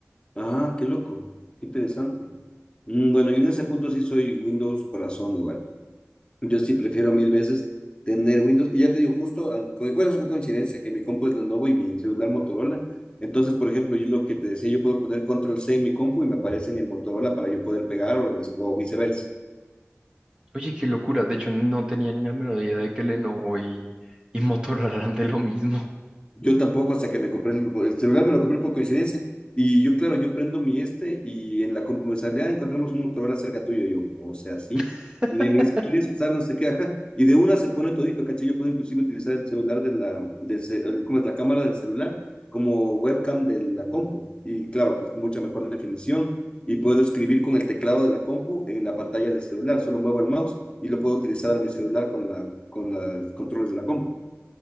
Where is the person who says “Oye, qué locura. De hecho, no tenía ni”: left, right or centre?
Right